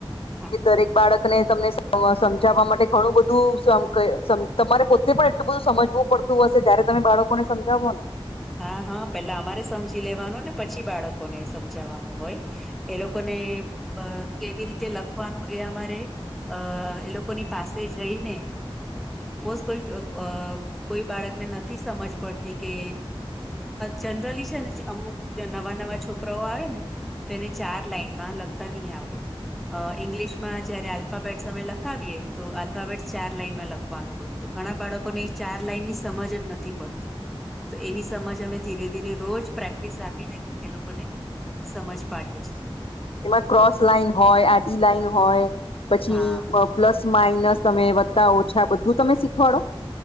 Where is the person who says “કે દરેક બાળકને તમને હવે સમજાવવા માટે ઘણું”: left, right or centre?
Left